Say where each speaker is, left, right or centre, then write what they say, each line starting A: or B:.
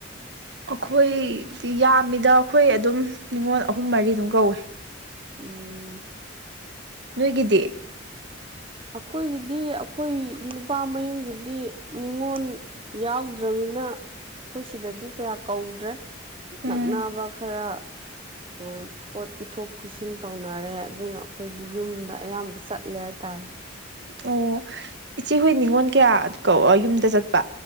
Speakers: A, on the right (about 60°); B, on the right (about 25°).
A: ꯑꯩꯈꯣꯏꯗꯤ ꯌꯥꯝꯃꯤꯗ ꯑꯩꯈꯣꯏ ꯑꯗꯨꯝ ꯅꯤꯉꯣꯜ ꯑꯍꯨꯝ ꯃꯔꯤ ꯑꯗꯨꯝ ꯀꯧꯋꯦ
B: ꯎꯝ
A: ꯅꯣꯏꯒꯤꯗꯤ
B: ꯑꯩꯈꯣꯏꯒꯤꯗꯤ ꯑꯩꯈꯣꯏ ꯅꯨꯄꯥ ꯃꯌꯨꯝꯒꯤꯗꯤ ꯅꯤꯉꯣꯟ ꯌꯥꯎꯗ꯭ꯔꯅꯤꯅ ꯑꯩꯈꯣꯏ ꯁꯤꯗꯗꯤ ꯀꯌꯥ ꯀꯧꯗ꯭ꯔꯦ
A: ꯎꯝ
B: ꯅꯛꯅꯕ ꯈꯔ ꯎꯝ ꯄꯣꯠ ꯄꯤꯊꯣꯛ ꯄꯤꯁꯤꯟ ꯇꯧꯅꯔꯦ ꯑꯗꯨꯅ ꯑꯩꯈꯣꯏꯗꯤ ꯌꯨꯝꯗ ꯑꯌꯥꯝꯕ ꯆꯠꯂꯦ ꯍꯥꯏꯇꯥꯔꯦ
A: ꯑꯣ ꯏꯆꯦꯍꯣꯏ ꯅꯤꯉꯣꯟꯜ ꯀꯌꯥ ꯀꯧ ꯌꯨꯝꯗ ꯆꯠꯄ